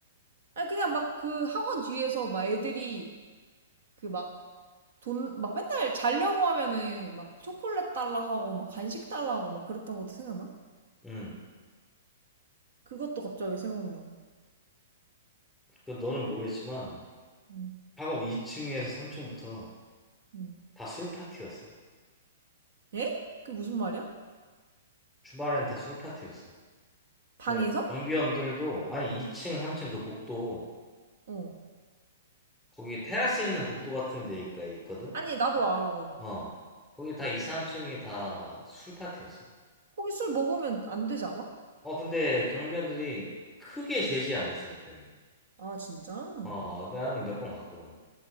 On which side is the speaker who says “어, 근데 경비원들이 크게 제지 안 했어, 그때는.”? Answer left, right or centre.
Centre